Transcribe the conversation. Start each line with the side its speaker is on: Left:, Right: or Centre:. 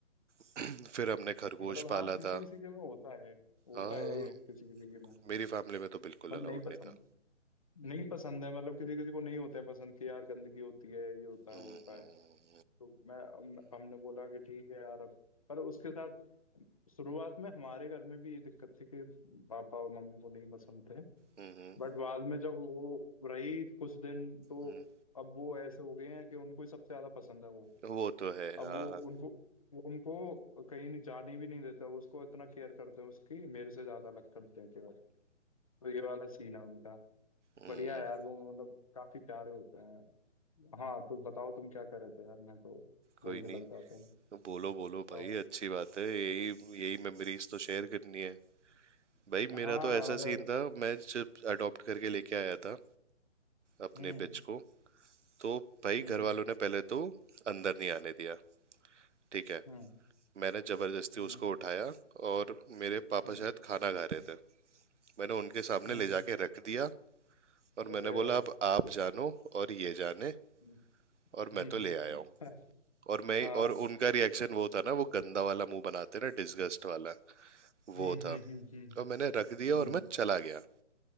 Right: <clears throat> फिर हमने खरगोश
Left: मतलब हाँ
Right: पाला
Left: किसी
Right: था
Left: किसी के में होता है होता
Right: हाँ
Left: है ये, किसी किसी के में
Right: मेरी फैमिली में तो बिल्कुल
Left: मतलब
Right: अलाउड
Left: नहीं पसंद
Right: नहीं था
Left: नहीं पसंद है मतलब किसी किसी को नहीं होते हैं पसंद कि यार गंदगी होती है ये होता है
Right: हम्म
Left: वो होता है तो मैं हम- हमने बोला कि ठीक है यार अब पर उसके साथ शुरुआत में हमारे घर में भी ये दिक्कत थी कि पापा और मम्मी को नहीं पसंद थे
Right: हम्म हम्म,
Left: बट बाद में जब वो रही कुछ दिन तो
Right: हम्म,
Left: अब वो ऐसे हो गए हैं कि उनको ही सबसे ज्यादा पसंद है वो
Right: हम्म। वो तो है
Left: अब
Right: हाँ
Left: वो उनको वो उनको कहीं नहीं जाने भी नहीं देते वो उसको इतना केयर करते हैं उसकी मेरे से ज्यादा अलग करते हैं केयर तो ये वाला सीन है उनका
Right: हम्म
Left: बढ़िया है यार वो मतलब काफी प्यारे होते हैं हाँ तो बताओ तुम क्या कर रहे थे यार मैं तो
Right: कोई
Left: बोलने
Right: नहीं
Left: लग जाता हूँ
Right: बोलो बोलो
Left: बताओ।
Right: भाई अच्छी बात है यही यही मेमोरीज तो शेयर करनी है भाई
Left: हाँ
Right: मेरा तो ऐसा
Left: मतलब
Right: सीन था मैं जब अडॉप्ट करके लेके आया था अपने
Left: हम्म
Right: बिच को तो भाई
Left: हम्म
Right: घर वालों ने पहले तो अंदर नहीं आने दिया ठीक है
Left: हम्म
Right: मैंने जबरदस्ती
Left: हम्म
Right: उसको उठाया और मेरे पापा
Left: हम्म
Right: शायद खाना खा रहे थे मैंने उनके सामने
Left: हम्म
Right: ले जाके रख दिया और
Left: अरे
Right: मैंने
Left: भाई
Right: बोला अब आप जानो और ये जाने
Left: हम्म
Right: और मैं
Left: हम्म,
Right: तो ले आया हूँ और मैं
Left: हाँ
Right: और उनका रिएक्शन वो था ना वो गंदा वाला मुंह बनाते ना डिसगस्ट वाला
Left: हम्म
Right: वो था
Left: हम्म हम्म
Right: और मैंने रख दिया
Left: हम्म
Right: और मैं चला गया